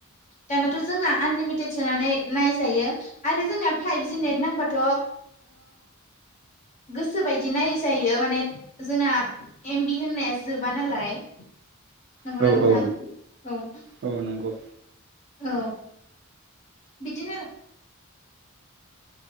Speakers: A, on the left; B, on the right.
A: दानाथ' जोंना आनलिमिटेड सोनानै नायजायो आरो जोंनाया फाइभजि नेट नांबाथ' गोसो बायदि नायै जायो माने जोंना एमबि होननाया जोबा नालाय। नंगौना
B: औ
A: नोंथां?
B: औ
A: औ।
B: औ नंगौ
A: औ बिदिनो